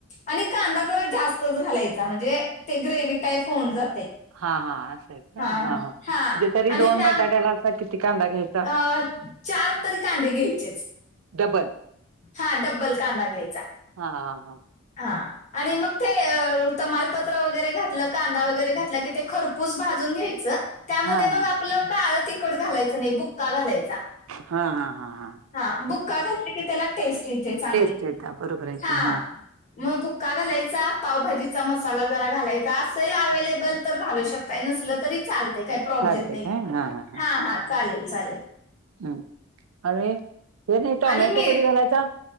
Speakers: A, on the left; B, on the right.
A: आणि कांदा जरा जास्तच घालायचा म्हणजे ते ग्रेव्ही टाईप होऊन जाते.
B: हां हां असंय का
A: हा
B: हां हां म्हणजे
A: हा
B: तरी
A: आणि
B: दोन
A: त्या
B: बटाट्याला असा किती कांदा घ्या
A: अ चार तरी कांदे घ्यायचेच.
B: डबल.
A: हां डब्बल कांदा घ्यायचा.
B: हां हां हां हां.
A: हां आणि मग ते तमालपत्र वगैरे घातलं कांदा वगैरे घातला की ते खरपूस भाजून घ्यायच त्यामध्ये
B: हा
A: मग
B: हा
A: आप आपलं काळं तिखट घालायच नाही बुक्का घालायचा,
B: हा हा हा हा
A: हां बुक्का घातलं की त्याला टेस्ट येते चांगली
B: टेस्ट येत बरोबर आहे
A: हां.
B: की हा
A: मग बुक्का घालायचा, पावभाजीचा मसाला जरा घालायचा असेल अवेलेबल तर घालू शकत काय नसलं तरी चालतंय काही प्रॉब्लेम
B: चालते
A: नाही
B: काय हा हा हा
A: हां हां चालेल चालेल.
B: हम्म अरे हे नाही टॉमॅटो
A: आणि मीठ
B: कधी घालायचा?